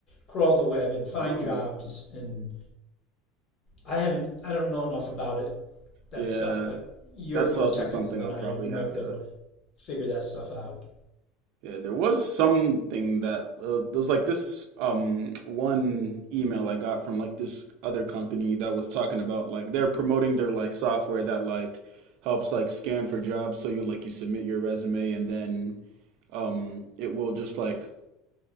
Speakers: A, on the left; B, on the right.
A: crawl the web and find
B: Oh.
A: jobs and I haven't I don't know enough about it, that
B: Yeah,
A: stuff, but you're
B: that's
A: more
B: also
A: technical
B: something
A: than
B: I'll
A: I
B: probably
A: am. You
B: have
A: might be
B: to.
A: able to figure that stuff out.
B: Yeah, there was something that uh, there was like this um one email I got from like this other company that was talking about like they're promoting their like software that like helps like scan for jobs so you like you submit your resume and then um, it will just like